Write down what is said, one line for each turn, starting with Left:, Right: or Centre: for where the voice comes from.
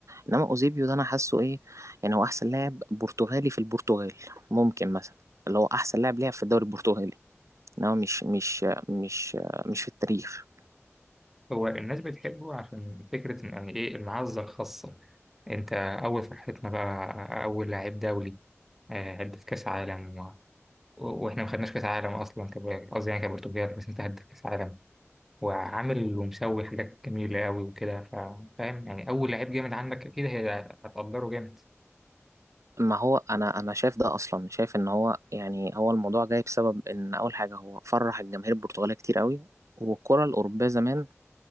Right: إنما أوزيبيو ده أنا حاسه إيه يعني هو أحسن لاعب برتغالي في البرتغال ممكن مثلا اللي هو أحسن لاعب لعب في الدوري البرتغالي ان هو مش مش مش مش في التاريخ
Centre: هو الناس بتحبه عشان فكرة إن- يعني إيه المعزة الخاصة أنت أول فرحتنا بقى أول لاعب دولي آه، هدف كأس عالم و... و- وإحنا ما خدناش كأس عالم أصلا كب- قصدي يعني كبرتغال بس أنت هدف كأس عالم وعامل ومسوي حاجات جميلة أوي وكده فا- فاهم يعني أول لعيب جامد عندك أكيد هي- هتقدره جامد
Right: ما هو انا انا شايف ده اصلا شايف ان هو يعني هو الموضوع جاي بسبب ان اول حاجه هو فرح الجماهير البرتغاليه كتير قوي والكره الاوروبيه زمان